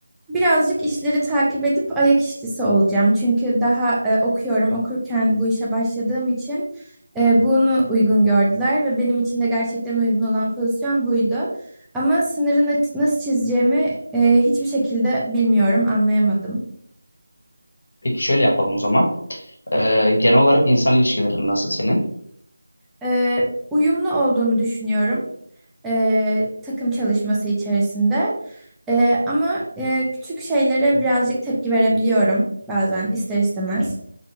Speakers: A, in the centre; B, on the left.
A: birazcık işleri takip edip ayak işçisi olacağım. Çünkü daha e, okuyorum. Okurken bu işe başladığım için e, bunu uygun gördüler ve benim için de gerçekten uygun olan pozisyon buydu. Ama sınırı nasıl çizeceğimi e, hiçbir şekilde bilmiyorum, anlayamadım.
B: Peki şöyle yapalım o zaman. Ee, genel olarak insan ilişkilerin nasıl senin?
A: Ee, uyumlu olduğumu düşünüyorum e, takım çalışması içerisinde. Ee, ama e, küçük şeylere birazcık tepki verebiliyorum bazen ister istemez.